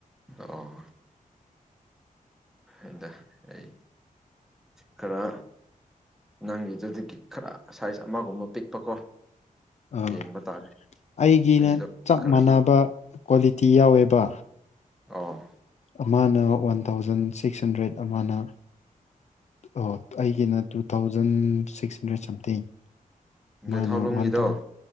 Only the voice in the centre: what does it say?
ꯑꯣ ꯑꯗ ꯑꯩ ꯈꯔ ꯅꯪꯒꯤꯗꯨꯗꯒꯤ ꯈꯔ ꯁꯥꯏꯖ ꯑꯃꯒꯨꯝꯕ ꯄꯤꯛꯄꯀꯣ
ꯌꯦꯡꯕ ꯇꯥꯔꯦ
ꯅꯪꯒꯤꯗꯣ
ꯈꯔꯗꯤ
ꯑꯣ
ꯒꯩꯊꯥꯎ ꯂꯨꯝꯒꯤꯗꯣ